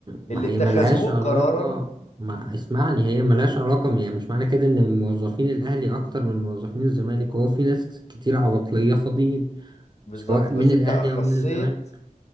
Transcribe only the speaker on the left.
اللي
اتخذوه
قرارا
مم.
بالظبط
بس
انت اخصيت